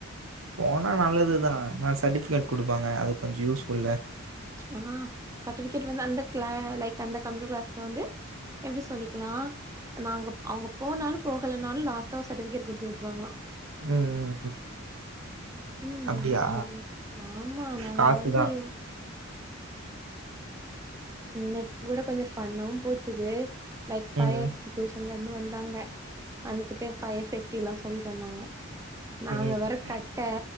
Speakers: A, on the right; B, on the right.
A: போனா நல்லதுதா நா சர்ட்டிபிகேட் குடுப்பாங்க அது கொஞ்சோ யூஸ் ஃபுல்லு
B: அ சர்டிபிகேட் வந்து அந்த கிளா லைக் அந்த கம்ப்யூட்டர் கிளாஸ்ல வந்து எப்டி சொல்லிக்கலா நாங்க அவுங்க போனாலு போகலனாலு லாஸ்டா சர்டிஃபிகேட் குடுத்து விட்ருவாங்களா
A: ம்
B: ம்
A: அப்டியா
B: ஆமா நாங்க
A: காசுதா
B: வந்து இவ் இன்னைக்கு கூட கொஞ்சோ ஃபண்ணாவும் போச்சுது லைக் ஃபை
A: ம்
B: எக்ஸ் ஈகுவேஷன்லந்து வந்தாங்க வந்துகிட்டு ஃபயர் சேஃப்டி எல்லா சொல்லி தந்தாங்க நாங்க
A: ம் ம்,
B: வேற கட்ட